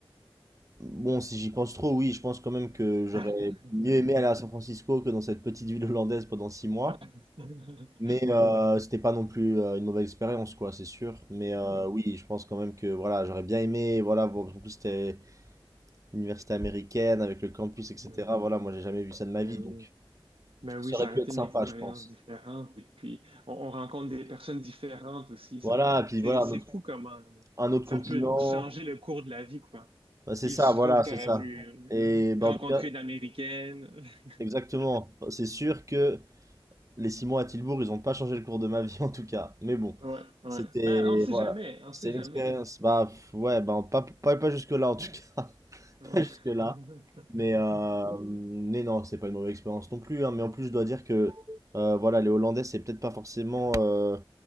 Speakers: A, on the right (about 35°); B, on the right (about 70°).
A: bon, si j'y pense trop, oui, je pense quand même que j'aurais
B: <laughs>
A: mieux aimé aller à San Francisco que dans cette petite ville hollandaise pendant six mois.
B: <laughs>
A: Mais
B: Ouais.
A: euh, c'était pas non plus euh, une mauvaise expérience, quoi, c'est sûr. Mais
B: Mhm.
A: euh, oui, je pense quand même que voilà, j'aurais bien aimé, voilà, voir- en plus c'était l'université américaine avec le campus, etc.
B: Mhm.
A: Voilà, moi j'ai jamais vu ça de ma
B: Mais
A: vie,
B: oui.
A: donc
B: Mais oui,
A: ça
B: ça
A: aurait pu
B: aurait été
A: être sympa,
B: une expérience
A: je pense.
B: différente. Et puis, on, on rencontre des personnes différentes aussi. Ça,
A: Voilà, et puis
B: c'est,
A: voilà, un
B: c'est
A: autre,
B: fou comment euh,
A: un autre
B: ça
A: continent,
B: peut changer le cours de la vie, quoi.
A: Bah, c'est
B: Il
A: ça,
B: se
A: voilà,
B: trouve, tu
A: c'est
B: aurais
A: ça.
B: pu euh,
A: Et bah, en
B: rencontrer
A: tout cas,
B: une Américaine. <laughs>
A: exactement, c'est sûr que les six mois à Tilbourg, ils ont pas changé le cours de ma vie <laughs> en tout cas. Mais bon,
B: Ouais, ouais.
A: c'était,
B: Ben, on sait
A: voilà,
B: jamais, on
A: c'était
B: sait jamais.
A: une expérience, bah pff, ouais, bah pas, pas, pas jusque-là en tout cas.
B: Ouais.
A: <laughs> jusque-là.
B: <laughs>
A: Mais, euh, mais non, c'est pas une mauvaise expérience non plus. hein. Mais en plus, je dois dire que
B: Ouais,
A: euh, voilà, les Hollandais, c'est peut-être pas forcément euh,